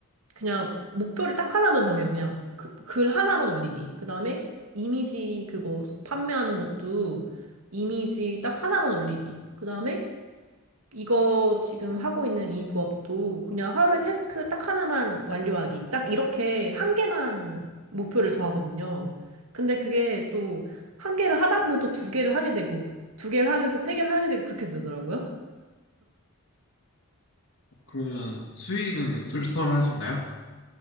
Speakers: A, on the right; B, on the left.
A: 그냥 목표를 딱 하나만 정해요. 그냥 그, 글 하나만 올리기. 그다음에 이미지 그거 판매하는 것도 이미지 딱 하나만 올리기. 그다음에 이거 지금 하고 있는 이 부업도 그냥 하루에 태스크 딱 하나만 완료하기. 딱 이렇게 한 개만 목표를 정하거든요. 근데 그게 또 한 개를 하다 보면 또 두 개를 하게 되고, 두 개를 하면 또 세 개를 하게 되고, 그렇게 되더라고요.
B: 그러면 수익은 쏠쏠하신가요?